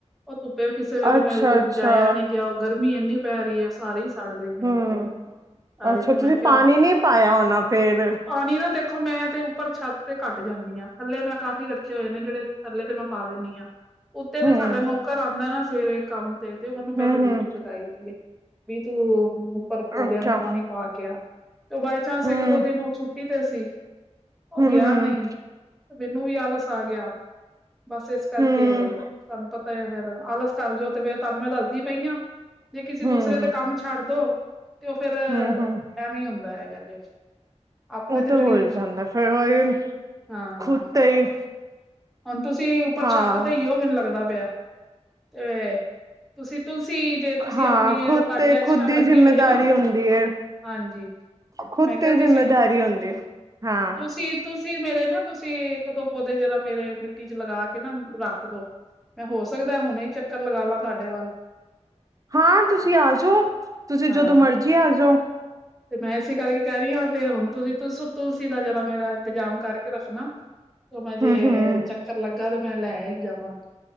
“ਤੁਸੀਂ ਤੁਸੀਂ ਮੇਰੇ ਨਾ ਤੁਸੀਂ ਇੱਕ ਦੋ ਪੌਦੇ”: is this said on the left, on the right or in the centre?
Centre